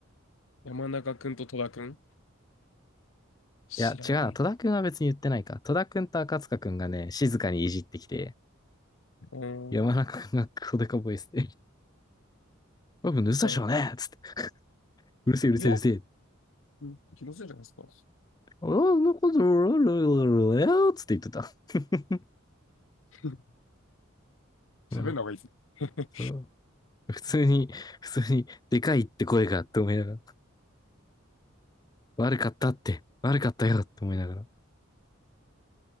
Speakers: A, on the left; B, on the left.
A: 山中くんと戸田くん知らねえ。
B: いや、違うな。戸田くんは別に言ってないか。戸田くんと赤塚くんがね、静かにいじってきて、
A: うーん、
B: 山中くんがクソデカボイスで、僕寝てたでしょうねっつって。
A: いっさんや。
B: うるせえ、うるせえ、
A: いや、
B: うるせえ。
A: うん気のせいじゃないですか。
B: あんなこと、つって言ってた。<laughs>
A: <laughs>
B: うん
A: 喋んな方がいいです。<laughs>
B: そう普通に、普通に、でかいって声がって思いながら、悪かったって、悪かったよって思いながら。